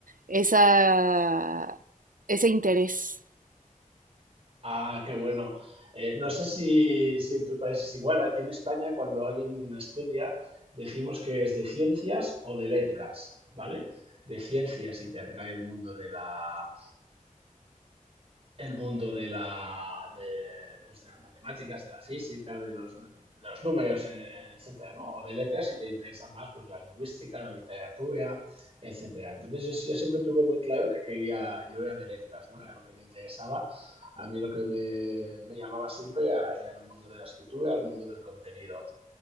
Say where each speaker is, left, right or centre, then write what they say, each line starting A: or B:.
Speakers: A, on the right; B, on the right.
A: esa, ese interés.
B: Ah, qué bueno. Eh, no sé si, si en tu país es igual. Aquí en España, cuando alguien estudia, decimos que es de ciencias o de letras, ¿vale? De ciencias y te atrae el mundo de la, el mundo de la, de, pues, de las matemáticas, de la física, de los, de los números, eh, etcétera, ¿no? O de letras, si te interesa más, pues la lingüística, la literatura, etcétera. Entonces yo, sí- yo siempre tuve muy claro que quería, yo era de letras, ¿no? Era lo que me interesaba. A mí lo que me, me llamaba siempre era, era el mundo de la escritura, el mundo del contenido.